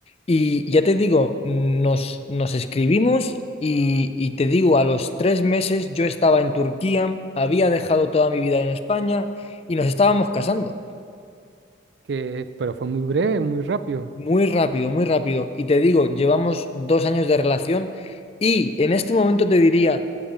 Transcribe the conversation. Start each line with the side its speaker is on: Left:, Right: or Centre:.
Left: Y ya te digo, nos, nos escribimos y, y te digo, a los tres meses yo estaba en Turquía, había dejado toda mi vida en España y nos estábamos casando.
Right: que pero fue muy breve, muy rápido,
Left: Muy rápido, muy rápido. Y te digo, llevamos dos años de relación y en este momento te diría,